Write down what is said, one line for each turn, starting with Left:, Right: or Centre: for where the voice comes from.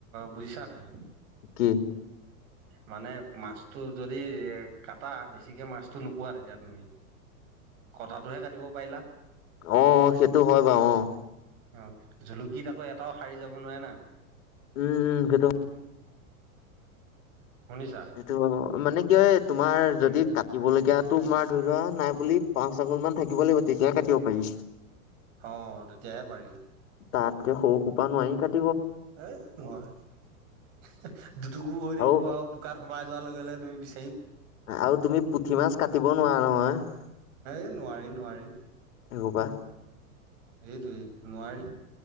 Right: বুজিছা নাই?
Left: কি?
Right: মানে মাছটো যদি এ কাতা, বেছিকে মাছটো নোপোৱা তেতিয়া তুমি। কটাটোহে কাটিব পাৰিলা।
Left: অ' সেইটো হয় বাৰু অ'।
Right: অ জুলুকীত আকৌ এটাও শাৰী যাব নোৱাৰে না।
Left: উম উম সেইটো
Right: শুনিছা
Left: সেইটো মানে কি হয়? তোমাৰ
Right: উম
Left: যদি কাটিবলগীয়া টোপ মাৰ ধৰি লোৱা নাই বুলি পাঁচ আঙুল মান থাকিব লাগিব তেতিয়াহে কাটিব পাৰি।
Right: অ তেতিয়াহে পাৰি।
Left: তাতকে সৰু সোপা নোৱাৰি কাটি
Right: হেই নোৱাৰ দুটুকুৰা হৈ থাকিব
Left: আৰু
Right: আও তাত সোমাই যোৱাৰ লগে লগে দুইপি
Left: আৰু তুমি পুঠি মাছ কাটিব নোৱাৰা নহয়। অ।
Right: এই নোৱাৰি', নোৱাৰি,।
Left: সেইসোপা
Right: এইটোৱেই নোৱাৰি